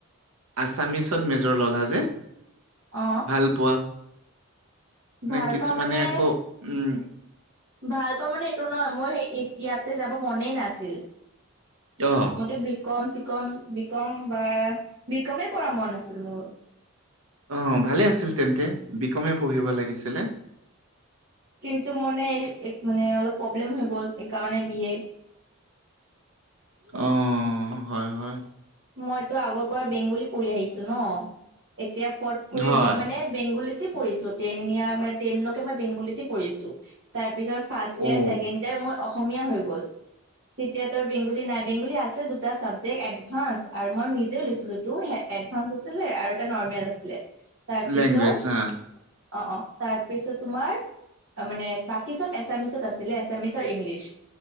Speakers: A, on the right; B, on the right.
A: আছামিছত মেজৰ ললা যে
B: অ
A: ভাল পোৱা নে
B: ভাল
A: কিছুমানে
B: পাওঁ মানে
A: আকৌ উম
B: ভাল পাওঁ মানে এইটো নহয় মোৰ ইয়াতে যাব মনে নাছিল
A: অ
B: মইতো বিকম চিকম বিকম বা বিকমে পঢ়া মন আছিল মোৰ
A: অ ভালে আছিল তেন্তে বিকমে পঢ়িব লাগিছিলে
B: কিন্তু মনে এক মানে অলপ প্ৰব্লেম হৈ গ'ল এইকাৰণে বি এ
A: অ হয় হয়
B: মইতো আগৰ পৰা বেংগলী পঢ়ি আহিছো ন এতিয়া ফট কৰি
A: হয়,
B: মই মানে বেংগলীতে পঢ়িছো টেন ইয়াৰ মান টেনলৈকে মই বেংগুলীতে পঢ়িছো। তাৰ পিছত ফাৰ্ষ্ট
A: অ',
B: ইয়েৰ ছেকেণ্ড ইয়েৰ মোৰ অসমীয়া হৈ গ'ল তেতিয়া তৰ বেংগলী নাই, বেংগলী আছে দুটা চাবজেক্ট এড- ভাছ আৰু মই নিজেও লৈছিলোটো এডভান্স আছিলে আৰু এটা নৰ্মেল আছিলে। তাৰপিছত
A: লেংগুৱেজ হা
B: অ অ তাৰ পিছত তোমাৰ মানে বাকী চব এছামিচত আছিলে এছামিচ আৰু ইংলিছ।